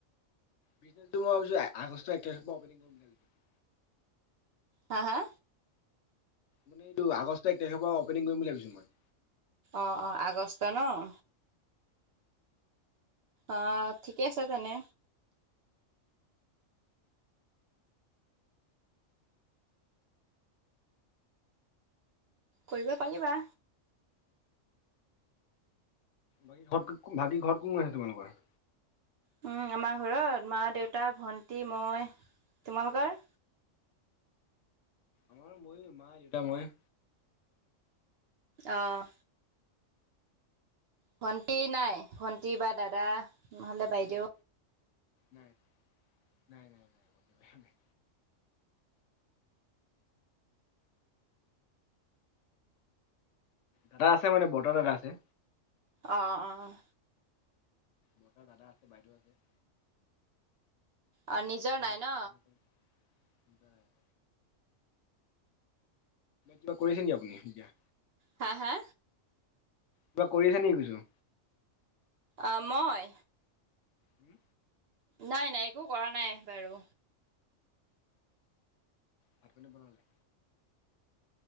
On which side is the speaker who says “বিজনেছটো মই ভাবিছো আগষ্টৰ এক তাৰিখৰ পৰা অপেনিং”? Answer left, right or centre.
Left